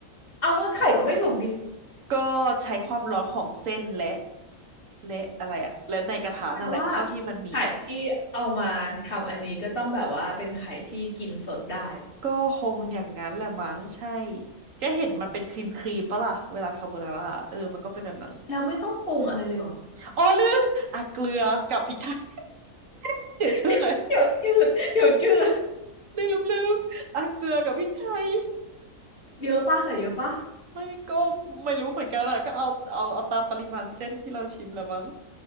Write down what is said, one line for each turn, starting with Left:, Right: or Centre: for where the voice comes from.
Left: เอางั้นไข่ก็ไม่สุกดิ
Right: ก็ใช้ความร้อนของเส้นและและอะไรอะและในกระทะนั่นแหละเท่าที่มันมีอะ
Left: แปลว่าไข่ที่เอามาทำอันนี้ก็ต้องแบบว่าเป็นไข่ที่กินสดได้
Right: ก็คงอย่างนั้นแหละมั้งใช่ก็เห็นมันเป็นครีมครีมปะล่ะเวลาคาโบนาร่าเออมันก็เป็นแบบนั้น
Left: แล้วไม่ต้องปรุงอะไรเลยเหรอ
Right: อ๋อลืมอ่ะเกลือกับพริกไทยเสียวชื่อเลย
Left: เดี๋ยวเดี๋ยวจืดเดี๋ยวจืด
Right: ลืมลืมอ่ะเกลือกับพริกไทย
Left: เยอะป่ะใส่เยอะป่ะ
Right: ไม่ก็ไม่รู้เหมือนกันอะก็เอาเอาเอาตามปริมาณเส้นที่เราชิมละมั้ง